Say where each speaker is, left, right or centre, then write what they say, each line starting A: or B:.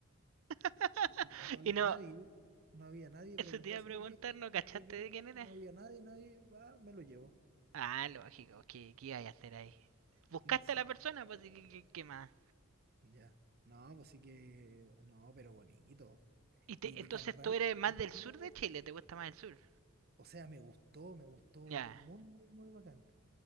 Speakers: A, on the right (about 75°); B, on the right (about 45°).
A: <laughs>
B: Y como no había
A: Y no,
B: nadie, no había nadie,
A: eso
B: pregunté
A: te iba
B: así,
A: a preguntar,
B: ¿de qué no?
A: ¿no cachaste
B: no, ¿De qué no?
A: de quién era?
B: No había nadie, nadie, va, me lo llevo.
A: Ah, lógico, ¿qué, qué iba a hacer ahí? Buscaste
B: Mm, Sí,
A: a la persona, pues, ¿qué, qué- qué más?
B: ya. No, pues sí que, no, pero bonito.
A: Y te-
B: Y Lick
A: entonces
B: and Ride,
A: tú eres más
B: y,
A: del
B: uh,
A: sur de Chile, te gusta más el sur.
B: o sea, me gustó, me gustó
A: Ya,
B: muy, muy, muy bacán.